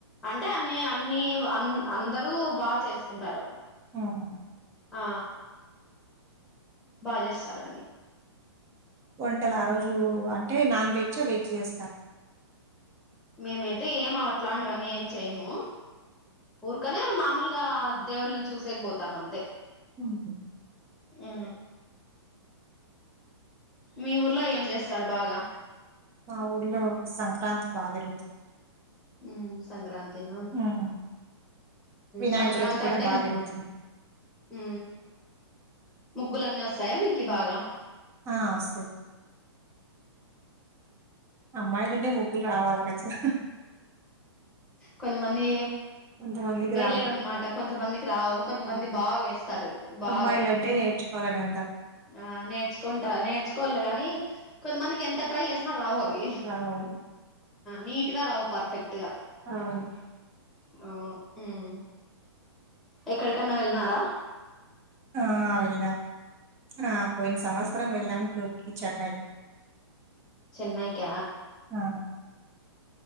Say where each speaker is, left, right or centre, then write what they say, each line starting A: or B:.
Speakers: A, in the centre; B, on the right (about 20°).
A: అంటే అన్నీ అన్నీ అ అందరూ బా చేసుకుంటారు
B: హ్మ్
A: ఆ బాగా చేస్తారన్ని.
B: వంటలు ఆ రోజు అంటే నాన్ వెజ్ వెజ్ చేస్తారు.
A: మేమైతే ఏమ అట్లాంటివన్నీ ఏం చేయము ఊరు, అక్కనే మామూలుగా దేవుళని చూసేక పోతాం అంతే.
B: ఉహు
A: ఆ మీ ఊర్లో ఏం చేస్తారు బాగా
B: మా ఊర్లో సంక్రాంతి బాగాజరుగుతుంది.
A: ఉ సంక్రాంతిన,
B: హ్మ్. వినాయక
A: సంక్రాంతి
B: చవితి కూడా
A: అంటే
B: బాగా
A: ఇకా
B: జరుగుతుంది
A: ఉ ముగ్గులన్నీ వస్తాయా మీకు బాగా,
B: ఆ వస్తాయి. అమ్మాయిలుంటే ముగ్గులు రావాలి కచ్చితంగా,
A: కొంతమంది
B: కొంతమందికి
A: వేయలేరనమాట
B: రావు
A: కొంతమందికి రావు కొ మంది బాగా వేస్తారు. బాగా
B: అమ్మాయిల అంటే నేర్చుకోవాలని అంటారు.
A: ఆ నేర్చుకుంటా నేర్చుకోవాలి గాని కొంతమందికి ఎంత ట్రై చేస్త, రావు అవి
B: రావు
A: నీట్గా రావు పర్ఫెక్ట్ గా
B: అవును.
A: అవును ఎక్కడికన్నా వెళ్ళన్నారా
B: ఆ వెళ్ళాం ఆ పోయిన సంవత్సరం వెళ్ళాము టూర్కి చెన్నైకి,
A: చెన్నైయక
B: ఆ